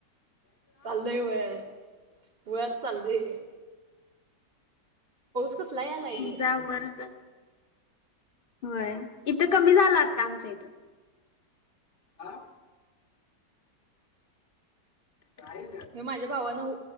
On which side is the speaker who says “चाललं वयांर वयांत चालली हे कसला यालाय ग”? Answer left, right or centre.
Right